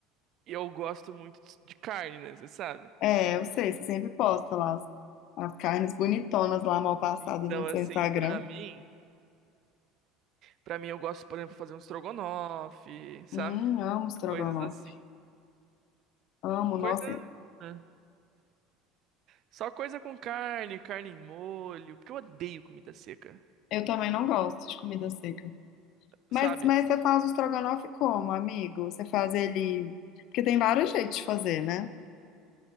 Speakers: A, on the right; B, on the left.
A: eu gosto muito de carne, né? Você sabe?
B: É, eu sei, você sempre posta lá as, as carnes bonitonas lá mal passadas
A: Então,
B: no
A: assim,
B: seu Instagram.
A: pra mim, pra mim eu gosto, por exemplo, de fazer um estrogonofe, sabe?
B: Hum, amo estrogonofe.
A: Coisas assim.
B: Amo,
A: Coisa.
B: nossa.
A: ah, Só coisa com carne, carne em molho, porque eu odeio comida seca,
B: Eu também não gosto de comida seca. Mas,
A: sabe?
B: mas você faz o estrogonofe como, amigo? Você faz ele. Porque tem vários jeitos de fazer, né?